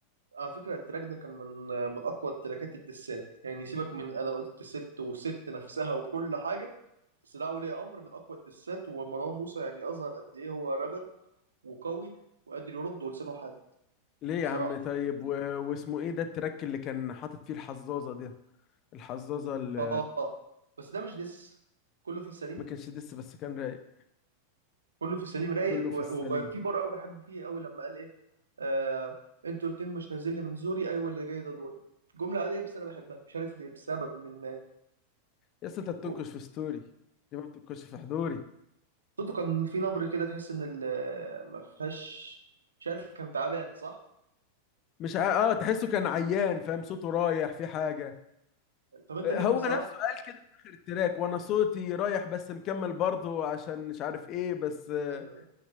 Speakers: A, on the right (about 70°); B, on the left (about 35°).
A: على فكرة التراك ده كان من آه، من أقوى التراكات الدسات يعني سيبك من أنا قلت ست وست نفسها وكل حاجة استدعاء ولي أمر من أقوى الدسات ومروان موسى يعني أظهر قد إيه هو رابر وقوي وقادر يرد ولسانه حاد
B: ليه
A: بصراحة
B: يا عم طيب و... واسمه ايه ده التراك اللي كان حاطط فيه الحظاظه دي الحظاظه اللي
A: آه آه. آه. بس ده مش دس كله في السليم
B: ما كانش دس بس كان رايق
A: كله في السليم رايق
B: كله
A: و-
B: في السليم
A: وفي بار قوي بحبه فيه قوي لما قال ايه آه انتوا الاتنين مش نازل لي من زوري ايوه اللي جاي ده دوري جملة عادية بس انا بحبها مش عارف ليه بسبب من
B: يا اسطى انت بتنكش
A: و-
B: في ستوري ليه ما بتنكش في حضوري
A: صوته كان في نبرة كده تحس ان ال- ما فيهاش مش عارف كان تعبان صح
B: مش ع... اه تحسه كان عيان فاهم صوته رايح في حاجه
A: طب انت
B: هو
A: مين بصراحة
B: نفسه قال كده في اخر التراك وانا صوتي رايح بس مكمل برضه عشان مش عارف ايه بس آه،
A: ايوه ايوه